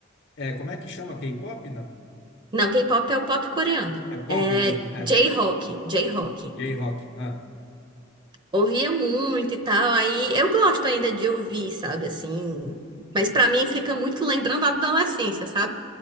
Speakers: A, on the left; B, on the right.
A: É, como é que chama? K-pop? Não.
B: Não, K-pop é o pop coreano.
A: É pop
B: É
A: mesmo, é.
B: J-rock, J-rock.
A: J-rock. Ah,
B: Ouvia muito e tal, aí eu gosto ainda de ouvir, sabe, assim, mas pra mim fica muito lembrando a adolescência, sabe?